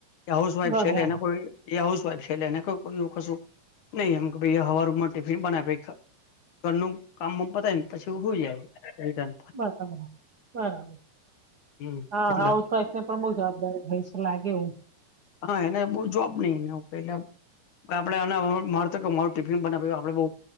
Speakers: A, on the left (about 70°); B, on the right (about 60°).
A: હાઉસ વાઈફ
B: બરાબર
A: છે એટલે એને કોઈ એ હાઉસ વાાઈફ છે એને ક એું કશું નહી એમાઈ હવા રૂપમાં ટિફિન બનાવે ઘરનું કામ પતાય ને પછી હોય જાય રટન
B: બરાબર બરાબર
A: હમ
B: હા
A: એટલે
B: હાઉસ વાઈફ ને પણ બહુ જવાબદારી હોય છે લાગે એવું
A: હા એને બહ જોબ નઈને એટલે આપડે આના મારુંિફિન બનાવ્યું આપડ બહુ